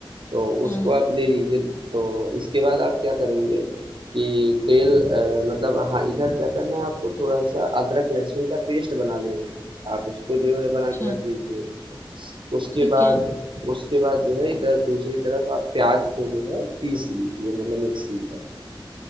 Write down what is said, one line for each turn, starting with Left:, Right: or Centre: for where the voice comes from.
Right: तो उसको
Left: हाँ
Right: आप ले लीजिए तो इसके बाद आप क्या करेंगे कि तेल अ, मतलब हाँ इधर क्या करना है आपको थोड़ा सा अदरक लहसुन का पेस्ट बना लेना है आप इसको जो है बना
Left: अच्छा
Right: के रख लीजिए उसके
Left: ठीक
Right: बाद
Left: है
Right: उसके बाद जो है इधर दूसरी तरफ आप प्याज को जो है पीस लीजिए मतलब मिक्सी में अच्छा